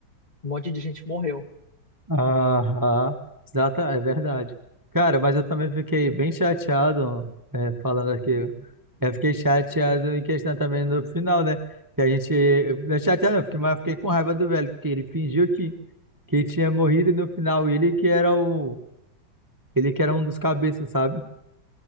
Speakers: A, on the left; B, on the right.
A: Um monte de gente morreu.
B: Aham, exata, é verdade. Cara, mas eu também fiquei bem chateado, é, falando aqui. Eu fiquei chateado em questão também no final, né? Que a gente. eu- Chateado, não, eu fiquei, mas fiquei com raiva do velho, porque ele fingiu que, que tinha morrido no final. e Ele que era o. Ele que era um dos cabeças, sabe?